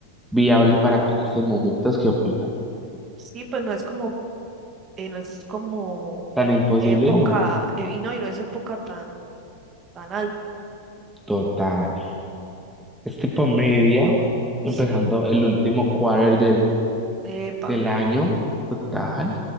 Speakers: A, in the centre; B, on the right.
A: viable para ti en estos momentos, ¿qué opinas?
B: Sí, pues no es como, eh, no es como
A: Tan imposible,
B: época,
A: no,
B: eh, y no, y no es época tan, tan alta.
A: total. Es tipo media, empezando
B: Sí,
A: el último quarter del,
B: epa,
A: del año, total.